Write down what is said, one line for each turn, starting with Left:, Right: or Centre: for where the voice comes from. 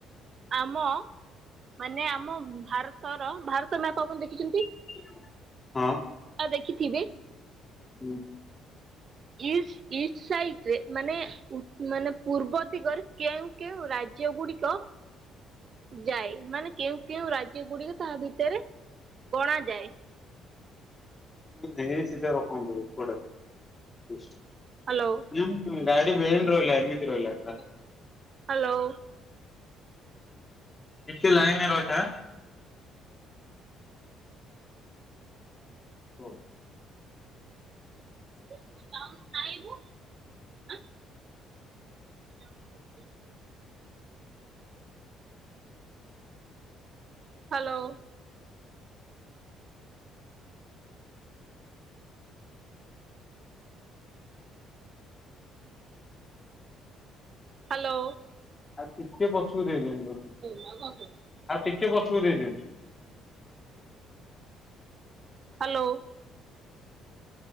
Right: ଆମ ମାନେ ଆମ ଭାରତର ଭାରତ ମ୍ୟାପ ଆପଣ ଦେଖିଛନ୍ତି?
Left: <unintelligible> ହଁ।
Right: ଆ ଦେଖିଥିବେ।
Left: ହୁଁ।
Right: ଇଷ୍ଟ ଇଷ୍ଟ ସାଇଟରେ ମାନେ ଉ ମାନେ ପୂର୍ବ ଦିଗରେ କେଉଁ କେଉଁ ରାଜ୍ୟ ଗୁଡିକ ଯାଏ। ମାନେ କେଉଁ କେଉଁ ରାଜ୍ୟ ଗୁଡିକ ତାହା ଭିତରେ ଗଣାଯାଏ?
Left: ହୁଁ <unintelligible> ସିଧା ରଖନ୍ତୁ ଏପଟେ। <unintelligible>
Right: ହ୍ୟାଲୋ?
Left: <unintelligible> ଗାଡ଼ି ବେଣ୍ଡ ରହିଲା ଏମିତି ରହିଲା, <unintelligible>
Right: ହ୍ୟାଲୋ?
Left: ଟିକେ ଲାଇନରେ ରହିଥା। କୁହ।
Right: <unintelligible> <unintelligible> ହାଲୋ। ହାଲୋ।
Left: <unintelligible>
Right: <unintelligible>
Left: ଆଉ ଟିକେ ପଛକୁ ଦେଇଦିଅନ୍ତୁ।
Right: ହାଲୋ।